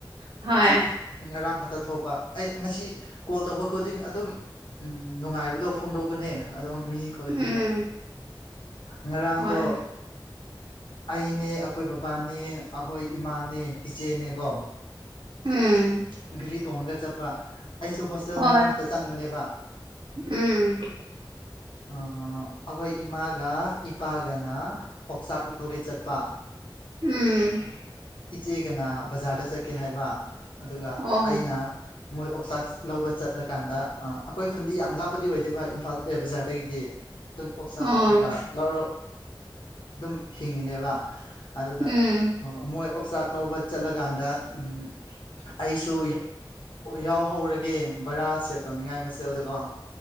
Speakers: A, on the right; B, on the left.
A: ꯍꯣꯏ
B: ꯉꯔꯥꯡ ꯍꯛꯇ ꯊꯣꯛꯄ ꯑꯩ ꯉꯁꯤ ꯀꯣꯜ ꯇꯧꯕ ꯈꯨꯗꯤꯡ ꯑꯗꯨꯝ ꯎꯝ ꯅꯨꯡꯉꯥꯏꯕꯗꯣ ꯐꯣꯡꯗꯣꯛꯄꯅꯦ ꯑꯗꯨꯝ ꯃꯤ ꯈꯨꯣꯏꯗꯤꯡꯗ
A: ꯎꯝ
B: ꯉꯔꯥꯡꯗꯣ
A: ꯍꯣꯏ
B: ꯑꯩꯅꯦ ꯑꯈꯣꯏ ꯕꯕꯥꯅꯦ ꯑꯈꯣꯏ ꯏꯃꯥꯅꯦ ꯏꯆꯦꯅꯦꯀꯣ
A: ꯎꯝ
B: ꯒꯔꯤ ꯇꯣꯡꯉꯒ ꯆꯠꯄ ꯑꯩꯁꯨ ꯍꯣꯁꯇꯦꯜ
A: ꯍꯣꯏ
B: ꯉꯔꯥꯡ ꯈꯛꯇ ꯆꯪꯕꯅꯦꯕ
A: ꯎꯝ
B: ꯑ ꯑꯈꯣꯏ ꯏꯃꯥꯒ ꯏꯄꯥꯒꯅ ꯑꯣꯛꯆꯥꯛ ꯂꯧ <unintelligible> ꯒꯦ ꯆꯠꯄ
A: ꯎꯝ
B: ꯏꯆꯦꯒꯅ ꯕꯖꯥꯔꯗ ꯆꯠꯀꯦ ꯍꯥꯏꯕ ꯑꯗꯨꯒ
A: ꯑꯣ
B: ꯑꯩꯅ ꯃꯣꯏ ꯑꯣꯛꯆꯥꯛꯁ ꯂꯧꯕ ꯆꯠꯂꯀꯥꯟꯗ ꯑꯩꯈꯣꯏ ꯈꯨꯟꯗꯤ ꯌꯥꯝ ꯂꯥꯞꯄꯗꯤ ꯑꯣꯏꯗꯦꯕ ꯏꯝꯐꯥꯜ ꯑꯦꯔ ꯕꯖꯥꯔꯗ ꯑꯗꯒꯤꯗꯤ ꯑꯗꯨꯝ ꯑꯣꯛꯆꯥꯛ
A: ꯑꯣ
B: ꯀꯩꯀꯥ ꯂꯧꯥꯎꯔꯣ ꯑꯗꯨꯝ ꯍꯤꯡꯉꯤꯅꯦꯕ ꯑꯗꯨꯗ
A: ꯎꯝ
B: ꯑꯣ ꯃꯣꯏ ꯑꯣꯛꯆꯥꯛ ꯂꯧꯕ ꯆꯠꯂꯀꯥꯟꯗ ꯎꯝ ꯑꯩꯁꯨ ꯌꯥꯎꯍꯧꯔꯒꯦ ꯕꯔꯥ ꯁꯦꯞ ꯇꯧꯅꯤꯡꯉꯥꯏ ꯍꯣꯁꯇꯦꯜꯗꯀꯣ